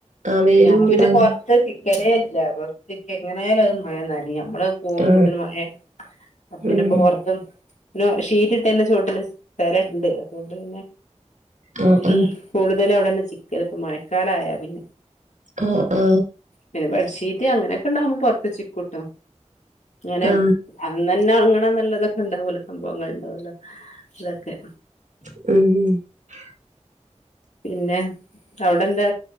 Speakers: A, on the right; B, on the left.
A: ആ വെയിലും
B: ഞാൻ പിന്നെ
A: ഉണ്ടാവൂല
B: പുറത്ത് ിക്കലേ പോർത്തിക്കിയാൽ എങ്ങനെയായാലും അത്ും മഴ നഞമ്മള് പോകുമ്പോത്തന്
A: ആ
B: മഴ അപ്പൊ
A: ഉം
B: ഇതിനിപ്പൊ പുറത്തും പി ഷീറ്റ ഇട്ട തന്നെ ചോട്ടില് സ്ല ഇണ്ട് അതുകൊണ്ട് തന്നെ
A: ആ ആ
B: ഉം കൂടുതല അവിടെന്നെ ചിക്കൽ ഇപ്പ മഴക്കാലയാ പിന്നെ
A: ആ ആ
B: പിന്നെ ബെഡ്ഷീറ്റ് അങ്ങനെയൊക്കെ ഉണ്ടാവുമ്പോ പുറത്ത ചിക്കൂട്ടോ അങ്ങനെ
A: ആ
B: പിന്നെ അങ്ങനെ നല്ലതൊക്കെ ഇണ്ടാവലോ സംഭവങ്ങൾ ഇണ്ടാവലോ ഇതൊക്കെ
A: ഉം
B: പിന്നെ അവിടെ എന്താ